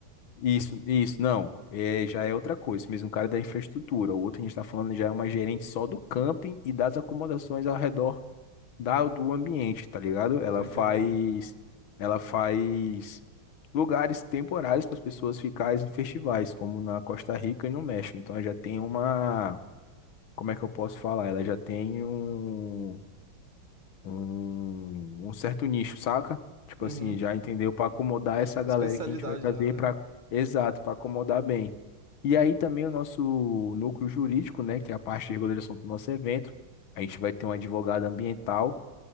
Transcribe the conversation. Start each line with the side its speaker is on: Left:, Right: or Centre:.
Left: isso, isso, não. É, já é outra coisa, Esse mesmo o cara é da infraestrutura. O outro que a gente está falando já é uma gerente só do camping e das acomodações ao redor da, do ambiente, tá ligado? Ela
Right: Tô entendendo.
Left: faz, ela faz lugares temporários para as pessoas ficarem em festivais, como na Costa Rica e no México. Então ela já tem uma, como é que eu posso falar? Ela já tem um um, um certo nicho, saca? Tipo
Right: Uhum.
Left: assim, já entendeu? Para acomodar essa
Right: A
Left: galera
Right: especialidade
Left: que a gente vai trazer
Right: dela,
Left: para.
Right: né?
Left: Exato, para acomodar bem. E aí também o nosso núcleo jurídico, né, que é a parte de regulação do nosso evento. A gente vai ter um advogado ambiental,